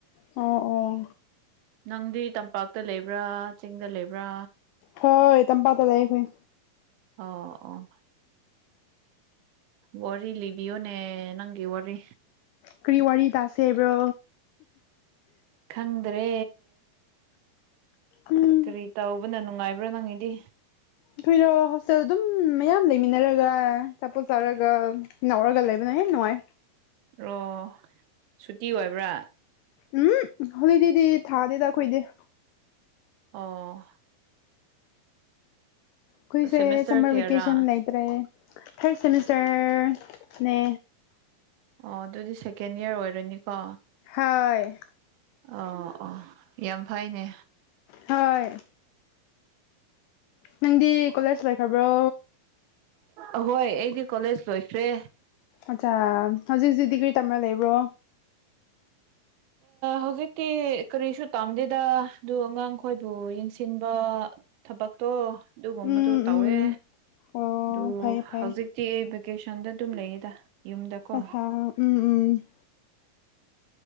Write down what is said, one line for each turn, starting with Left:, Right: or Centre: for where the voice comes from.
Left: ꯑꯣ ꯑꯣ
Right: ꯅꯪꯗꯤ ꯇꯝꯄꯥꯛꯇ ꯂꯩꯕ꯭ꯔꯥ ꯆꯤꯡꯗ ꯂꯩꯕ꯭ꯔꯥ
Left: ꯍꯣꯏ ꯇꯝꯄꯥꯛꯇ ꯂꯩ <unintelligible>
Right: ꯑꯣ ꯑꯣ ꯋꯥꯔꯤ ꯂꯤꯕꯤꯌꯣꯅꯦ ꯅꯪꯒꯤ ꯋꯥꯔꯤ
Left: ꯀ꯭ꯔꯤ ꯋꯥꯔꯤ ꯇꯥꯁꯦꯕ꯭ꯔꯣ
Right: ꯈꯪꯗ꯭ꯔꯦ꯫
Left: ꯎꯝ꯫
Right: ꯀꯔꯤ ꯇꯧꯕꯅ ꯅꯨꯡꯉꯥꯏꯕ꯭ꯔ ꯅꯪꯒꯤꯗꯤ꯫
Left: ꯑꯩꯈꯣꯏꯔꯣ ꯍꯣꯁꯇꯦꯜ ꯑꯗꯨꯝ ꯃꯌꯥꯝ ꯂꯩꯃꯤꯟꯅꯔꯒ ꯑꯆꯥꯄꯣꯠ ꯆꯥꯔꯒ ꯉꯥꯎꯔꯒ ꯂꯩꯕꯅ ꯍꯦꯟꯅ ꯅꯨꯡꯉꯥꯏ꯫
Right: ꯑꯣ ꯁꯨꯇꯤ ꯑꯣꯏꯕ꯭ꯔꯥ꯫
Left: ꯍꯨꯝ ꯍꯣꯂꯤꯗꯦꯗꯤ ꯊꯥꯗꯦꯗ ꯑꯩꯈꯣꯏꯗꯤ꯫
Right: ꯑꯣ꯫
Left: ꯑꯩꯈꯣꯏꯁꯦ
Right: ꯁꯦꯃꯤꯁꯇꯔ
Left: ꯁꯃꯔ
Right: ꯀꯌꯥꯔꯥ
Left: ꯚꯦꯀꯦꯁꯟ ꯂꯩꯇ꯭ꯔꯦ ꯊꯥꯔꯠ ꯁꯦꯃꯤꯁꯇꯔꯅꯦ꯫
Right: ꯑꯣ ꯑꯗꯨꯗꯤ ꯁꯦꯀꯦꯟ ꯏꯌꯔ ꯑꯣꯏꯔꯅꯤꯀꯣ꯫
Left: ꯍꯣꯏ꯫
Right: ꯑꯣ ꯑꯣ ꯌꯥꯝ ꯐꯩꯅꯦ꯫
Left: ꯍꯣꯏ ꯅꯪꯗꯤ ꯀꯣꯂꯦꯖ ꯂꯣꯏꯈ꯭ꯔꯕ꯭ꯔꯣ꯫
Right: ꯑꯍꯣꯏ ꯑꯩꯗꯤ ꯀꯣꯂꯦꯖ ꯂꯣꯏꯈ꯭ꯔꯦ꯫
Left: ꯑꯠꯆꯥ ꯍꯧꯖꯤꯛ ꯍꯧꯖꯤꯛꯇꯤ ꯀꯔꯤ ꯇꯝꯔꯒ ꯂꯩꯕ꯭ꯔꯣ꯫
Right: ꯍꯧꯖꯤꯛꯇꯤ ꯀꯔꯤꯁꯨ ꯇꯝꯗꯦꯗ ꯑꯗꯨ ꯑꯉꯥꯡꯈꯣꯏꯕꯨ ꯌꯦꯡꯁꯤꯟꯕ ꯊꯕꯛꯇꯣ ꯑꯗꯨꯒꯨꯝꯕꯗꯣ
Left: ꯎꯝ
Right: ꯇꯧꯋꯦ꯫
Left: ꯎꯝ ꯑꯣ
Right: ꯑꯗꯨ
Left: ꯐꯩ ꯐꯩ
Right: ꯍꯧꯖꯤꯛꯇꯤ ꯚꯦꯀꯦꯁꯟꯗ ꯑꯗꯨꯝ ꯂꯩꯌꯦꯗ꯫ ꯌꯨꯝꯗꯀꯣ
Left: ꯑꯠꯆꯥ ꯎꯝ ꯎꯝ꯫